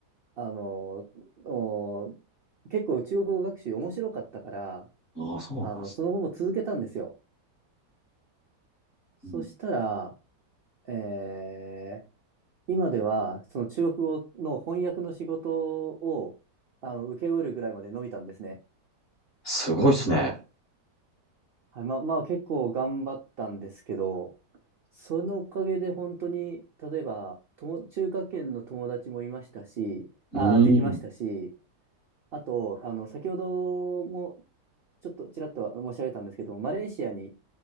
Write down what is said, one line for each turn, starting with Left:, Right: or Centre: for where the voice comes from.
Right: あの、お結構中国語学習面白かったから、
Left: <laughs> ああ、そうなんですね。
Right: あの、その後も続けたんですよ。そしたら、
Left: うん、
Right: えー今ではその中国語の翻訳の仕事をあの請け負えるぐらいまで伸びたんですね。
Left: すごいですね。
Right: はい、まあ、まあ結構頑張ったんですけど、そのおかげで本当に、例えば、とも、中華圏の友達もいましたし、あーできましたし、
Left: うーん。
Right: あと、あの、先ほどもちょっとちらっと申し上げたんですけども、マレーシアに